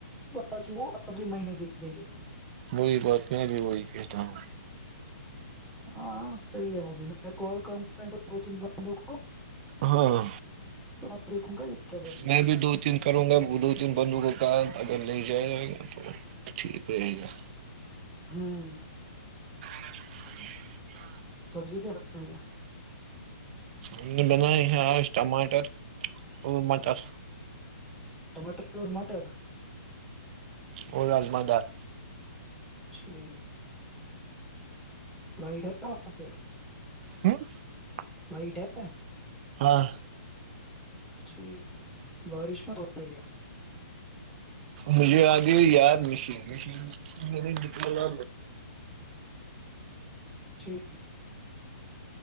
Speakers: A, in the centre; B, on the right.
A: باقی وہ اگلے مہینے ہی دے دیں گے
B: وہی بات میں بھی وہی کہتا ہوں
A: ہاں صحیح ہے وہ بھی میں کال کروں گا دو تین بندوں کو
B: ہاں
A: تو میں دیکھوں گا یہ کیا بولیں
B: میں بھی دو تین کروں گا وہ دو تین بندوقوں کا اگر لے جیا جائے گا تو ٹھیک رہے گا
A: ہاں
B: <inaudible>
A: سبزی کیا بنائ کیا
B: ہم نے بنائی ہے آج ٹماٹر مٹر
A: ٹماٹر اور مٹر
B: اور رجما دار
A: ٹھیک لائٹا کم سے
B: <inaudible>
A: وائٹ ہے
B: ہاں
A: ٹھیک بارش مت ہو رہی ہے
B: مجھے آگے یاد مشین مش مے جتنا
A: ٹھیک